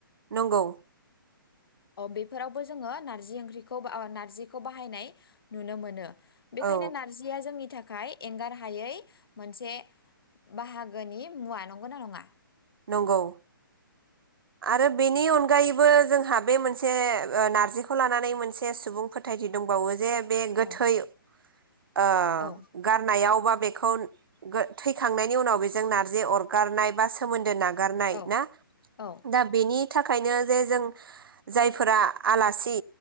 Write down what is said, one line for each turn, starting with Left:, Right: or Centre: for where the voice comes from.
Right: नंगौ।
Left: अह बेफोरावबो जोङो नारजि ओंख्रिखौ बा ओ नारजिखौ बाहायनाय नुनो मोनो। बेखायनो
Right: औ
Left: नारजिया जोंनि थाख थाखाय एंगार हायै मोनसे बाहागोनि मुवा नंगौना नङा?
Right: नंगौ आरो बेनि अनगायैबो जोंहा बे मोनसे नारजिखौ लानानै मोनसे सुबुं फोथायथि दंबावो जे बे गोथै
Left: औ
Right: ओह
Left: औ
Right: गारनायाव बा बेख खौ गो थैखांनायनि उनाव बेजों नारजि अरगारनाय बा सो सोमोन्दो ना नागारनाय
Left: औ
Right: ना
Left: औ
Right: दा बेनि थाखायनो जे जों जायफोरा आलासि